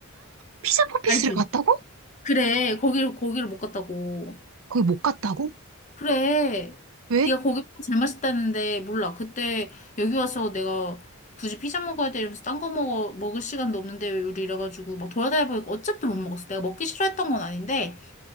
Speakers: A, on the right; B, on the left.
A: 피자 포피스를
B: 알지?
A: 갔다고?
B: 그래, 거기를, 거기를 못 갔다고.
A: 거기 못 갔다고?
B: 그래.
A: 왜?
B: 네가 고기 먹잘 맛있다는데 몰라. 그때 여기 와서 내가 굳이 피자 먹어야 돼 이러면서 딴 거 먹어 먹을 시간도 없는데 우리 이래가지고 막 돌아다녀 보니까 어쨌든 못 먹었어. 내가 먹기 싫어했던 건 아닌데